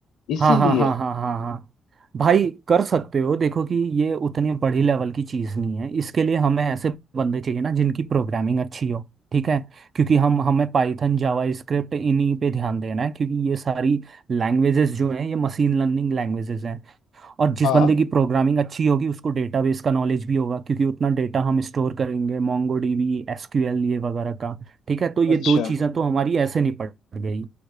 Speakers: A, on the right; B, on the left.
A: हाँ
B: इसीलिए
A: हाँ हाँ हाँ हाँ हाँ भाई कर सकते हो देखो कि ये उतनी बड़ी लेवल की चीज़ नहीं है इसके लिए हमें ऐसे बंदे चाहिए ना जिनकी प्रोग्रामिंग अच्छी हो ठीक है क्योंकि हम हमें पाइथन जावा स्क्रिप्ट इन्हीं पे ध्यान देना है क्योंकि ये सारी लैंग्वेजेस जो हैं ये मशीन लर्निंग लैंग्वेजेस हैं और जिस
B: हाँ
A: बंदे की प्रोग्रामिंग अच्छी होगी उसको डेटाबेस का नॉलेज भी होगा क्योंकि उतना डेटा हम स्टोर करेंगे मोंगो डीबी एसक्यूएल ये वगैरह का ठीक है तो ये
B: अच्छा
A: दो चीज़ें तो हमारी ऐसे निपट गई